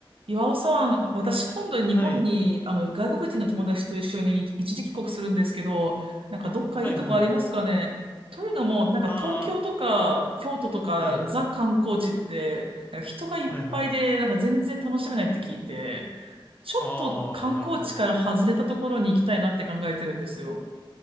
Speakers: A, on the right (about 75°); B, on the left (about 20°).
A: 岩尾さん、私今度日本に、
B: はい。
A: あの、外国人の友達と一緒に一時帰国するんですけど、なんかどっかいいとこありますかねというのも、
B: はい、はい。
A: なんか東京とか京都とかザ観光地って、
B: ああ、はい。
A: なんか人がいっぱいで、
B: はい、はい。
A: なんか全然楽しめないって聞いて、ちょっと観光地から外れたところに行きたいなって考えてるんですよ。
B: ああ、なるほど。